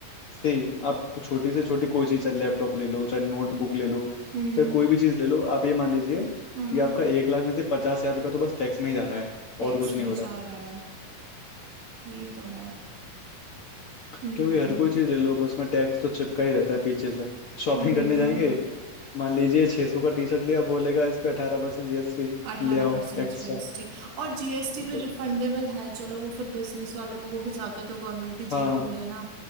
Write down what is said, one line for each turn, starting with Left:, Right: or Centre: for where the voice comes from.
Left: सही आप कुछ छोटी से छोटी कोई चीज चाहे लैपटॉप ले लो चाहे नोटबुक ले लो
Right: हम्म
Left: चाहे कोई भी चीज ले लो आप ये मान लीजिए
Right: हम्म
Left: कि आपका एक लाख में से पचास हजार रुपया तो बस टैक्स में ही जा रहा है
Right: टैक्स
Left: और कुछ नहीं
Right: में ही
Left: हो रहा
Right: जा रहा है ये तो है
Left: क्योंकि
Right: हम्म
Left: हर कोई चीज ले लो बस में टैक्स तो चिपका ही रहता है पीछे से शॉपिंग
Right: हम्म
Left: करने
Right: हम्म
Left: जाएंगे
Right: हम्म हम्म।
Left: मान लीजिए 600 सौ का टी शर्ट लिया बोलेगा इस पे अठारह परसेंट जीएसटी
Right: अठारह
Left: ले आओ
Right: परसेंट
Left: एक्स्ट्रा
Right: जीएसटी और जीएसटी भी
Left: मतलब
Right: रिफंडेबल है चलो वो फिर बिजनेस वालों को वो भी जाता तो गवर्नमेंट की
Left: हाँ
Right: जेब नहीं है ना